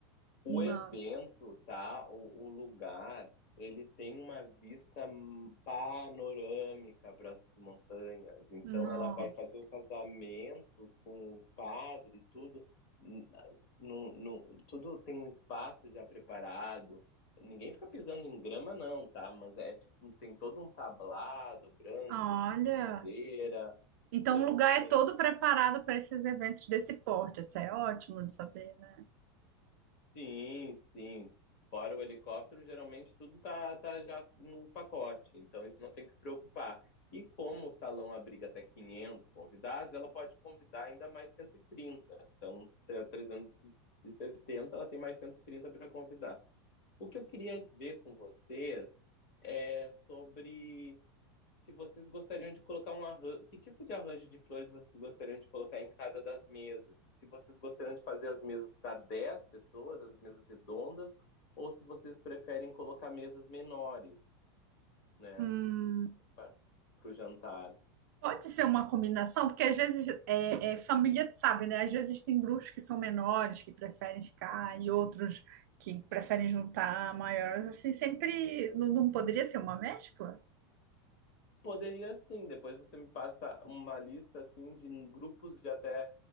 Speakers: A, on the left (about 40°); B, on the right (about 45°).
A: O
B: nossa,
A: evento, tá? O, o lugar, ele tem uma vista hum, panorâmica para as montanhas. Então,
B: nossa.
A: ela vai fazer o casamento com o padre, tudo. hum, No, no, tudo tem um espaço já preparado. Ninguém fica pisando em grama, não, tá? Mas é tipo, tem todo um tablado branco,
B: Olha,
A: de madeira,
B: então
A: tem,
B: o lugar
A: tem
B: é todo preparado para esses eventos desse porte. Isso é ótimo de saber, né?
A: Sim, sim. Fora o helicóptero, geralmente tudo tá, tá já no pacote, então isso não tem que se preocupar. E como o salão abriga até 500 convidados, ela pode convidar ainda mais 130. Então, tre- 370, ela tem mais 130 para convidar. O que eu queria ver com vocês é sobre se vocês gostariam de colocar um arranjo, que tipo de arranjo de flores vocês gostariam de colocar em cada das mesas? E se vocês gostariam de fazer as mesas para 10 pessoas, as mesas redondas, ou se vocês preferem colocar mesas menores, né,
B: Hum,
A: para o jantar.
B: pode ser uma combinação, porque às vezes é, é família, tu sabe, né? Às vezes tem grupos que são menores, que preferem ficar, e outros que preferem juntar maiores. Assim, sempre não, não poderia ser uma mescla?
A: Poderia sim, depois você me passa uma lista assim de grupos de até